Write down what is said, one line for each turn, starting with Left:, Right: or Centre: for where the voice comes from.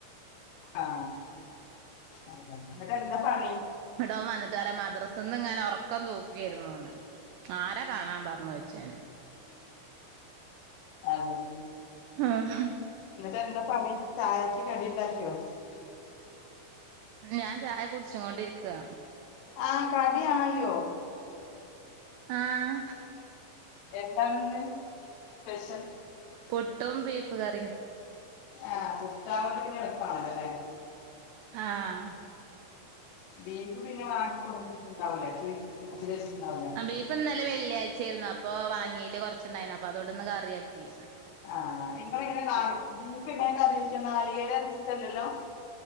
Left: ആഹ് അതന്നെ എന്നിട്ട് എന്താ പണി
Right: എന്നിട്ട് അവൻ വന്നിട്ട് പറയും മദ്രസിന്ന് എങ്ങാനം ഒറക്കം തൂക്കിയിരുന്നുയെന്ന് ആരാ കാണാൻ പറഞ്ഞ് വെച്ചേന്
Left: അതന്നെ.
Right: ആഹ്
Left: എന്നിട്ട് എന്താ പണി ചായക്ക് കടി ഒണ്ടാക്കിയോ
Right: ഞാൻ ചായ കുടിച്ചു കൊണ്ടിരിക്കുവ
Left: ആഹ് കടി ആയോ
Right: ആഹ്
Left: എന്താണിന്ന് സ്പെഷ്യൽ
Right: പുട്ടും ബീഫ് കറിയും
Left: ആ പുട്ടാവുമ്പോ പിന്നെ എള്പ്പണല്ലോ ല്ലേ
Right: ആഹ്
Left: ബീഫ് പിന്നെ വാങ്ങി കൊടുന്ന ണ്ടാവൂലെ ഫ്രീ ഫ്രിഡ്ജിൽ വെച്ചിട്ടുണ്ടാവൂലെ
Right: ബീഫ് ഇന്നലെ വെള്ളിയാഴ്ച ആയിരുന്നു അപ്പൊ വാങ്ങീല് കൊറച്ചുണ്ടായിരുന്നു അപ്പൊ അതോണ്ട് ന്ന് കറിആക്കി
Left: ആഹ് നിങ്ങള് എങ്ങനെ കാ ബീഫ് എങ്ങനെ കറി വെക്കാ നാളികേരം അരച്ചിട്ടല്ലലോ